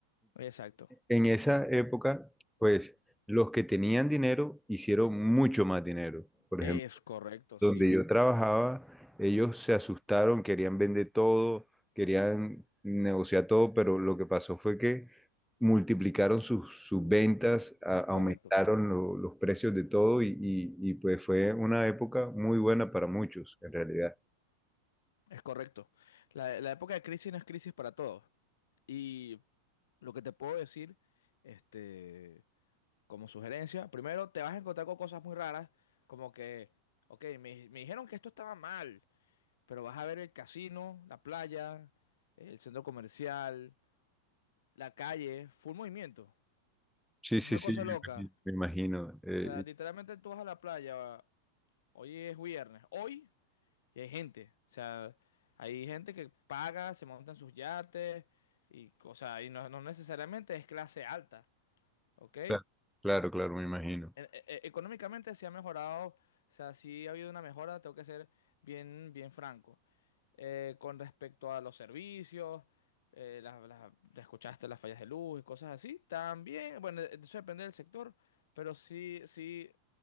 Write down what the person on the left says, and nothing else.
Exacto.
Es
correcto,
sí,
correcto.
Es correcto. La, la época de crisis no es crisis para todos. Y lo que te puedo decir, este... como sugerencia, primero te vas a encontrar con cosas muy raras, como que, ok, me, me dijeron que esto estaba mal, pero vas a ver el casino, la playa, el centro comercial, la calle, full movimiento.
Una
cosa
loca.
O sea,
literalmente tú vas a la playa, hoy es viernes, hoy, y hay gente. O sea, hay gente que paga, se monta en sus yates, y, o sea, y no, no necesariamente es clase alta, ¿ok?
E- e- e, Económicamente se ha mejorado, o sea, sí ha habido una mejora, tengo que ser bien, bien franco. Eh, con respecto a los servicios, eh, las- las- ya escuchaste las fallas de luz y cosas así, también, bueno, eh, eso depende del sector, pero sí, sí,